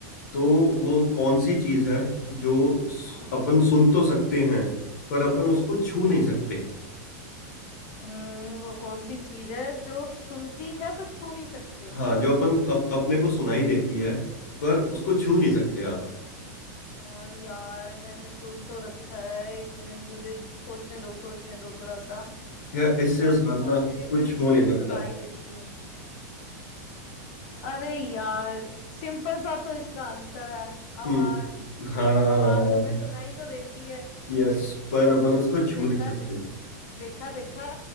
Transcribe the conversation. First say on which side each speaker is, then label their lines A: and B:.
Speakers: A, on the left; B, on the left.
A: तो वो कौन सी चीज है जो स- अपन सुन तो सकते हैं पर अपन उसको छू नहीं सकते
B: हम्म वो कौन सी चीज है जो सुनती है पर छू नहीं सकते
A: हाँ जो अपन अप, अपने को सुनाई देती है पर उसको छू नहीं सकते आप
B: आ, यार मैंने सुन तो रखा है एक मिनट मुझे सोचने दो सोचने दो थोड़ा सा
A: या इससे
B: ऐसी
A: साधना
B: कौन सी चीज
A: कुछ
B: है सु,
A: हो नहीं सकता
B: सुनाई देती है अरे यार सिंपल सा तो इसका आंसर है आवाज
A: हम्म हाँ
B: आवाज हमें सुनाई तो देती है
A: यस पर अपन उसको छू
B: देखा
A: नहीं सकते
B: देखा देखा